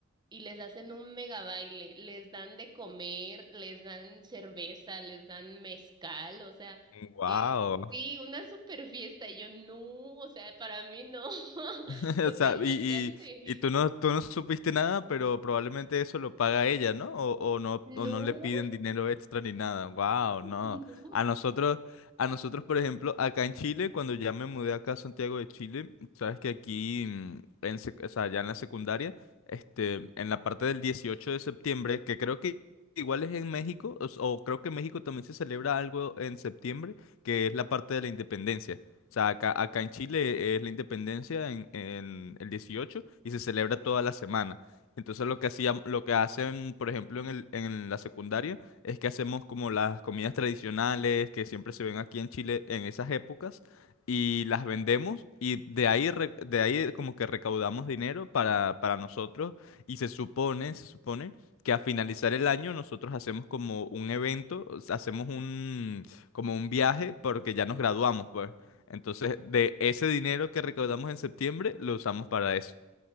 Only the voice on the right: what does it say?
y les hacen un mega baile, les dan de comer, les dan cerveza, les dan mezcal, o sea,
y sí, una super fiesta, y yo no, o sea, para mí no, <laughs>
fue
muy
choqueante.
No,
<laughs>
no.